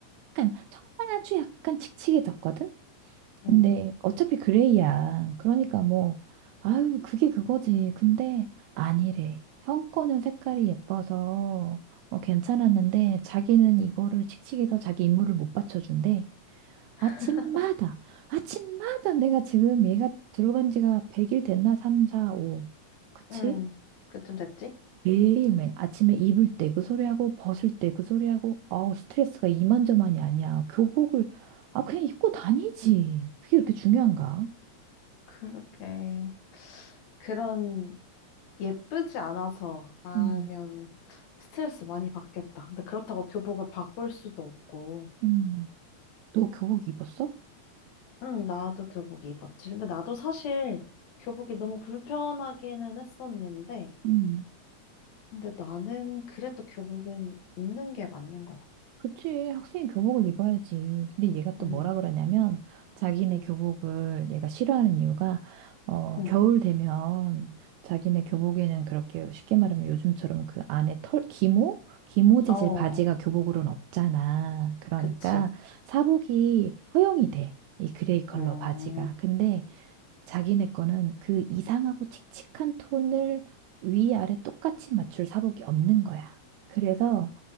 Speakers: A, on the right (about 80°); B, on the left (about 70°).
A: 약간, 정말 아주 약간 칙칙해졌거든?
B: 음,
A: 근데 어차피 그레이야. 그러니까 뭐, 아유, 그게 그거지. 근데 아니래. 형 거는 색깔이 예뻐서 어, 괜찮았는데 자기는 이거를 칙칙해서 자기 임무를 못 받쳐준대. 아침마다,
B: <laughs> 음,
A: 아침마다 내가 지금 얘가 들어간 지가 100일 됐나? 3, 4, 5. 그치?
B: 음. 그쯤 됐지?
A: 매일매일 아침에 입을 때 그 소리하고 벗을 때 그 소리하고 아우 스트레스가 이만저만이 아니야. 교복을 아 그냥 입고 다니지. 그게 그렇게 중요한가?
B: 그러게 그런, 예쁘지 않아서, 라면,
A: 음,
B: 스트레스 많이 받겠다. 근데 그렇다고 교복을 바꿀 수도 없고,
A: 음. 너 교복 입었어?
B: 응, 나도 교복 입었지. 근데 나도 사실, 교복이 너무 불편하기는 했었는데,
A: 음.
B: 근데 나는 그래도 교복은 입는 게 맞는 것 같아.
A: 그치, 학생이 교복을 입어야지. 근데 얘가 또
B: 응,
A: 뭐라 그러냐면, 자기네
B: 응,
A: 교복을 얘가 싫어하는 이유가, 어,
B: 응.
A: 겨울 되면 자기네 교복에는 그렇게 쉽게 말하면 요즘처럼 그 안에 털, 기모? 기모 재질
B: 어.
A: 바지가 교복으로는 없잖아. 그러니까
B: 그치.
A: 사복이 허용이 돼. 이 그레이 컬러
B: 음,
A: 바지가. 근데 자기네 거는 그 이상하고 칙칙한 톤을 위아래 똑같이 맞출 사복이 없는 거야. 그래서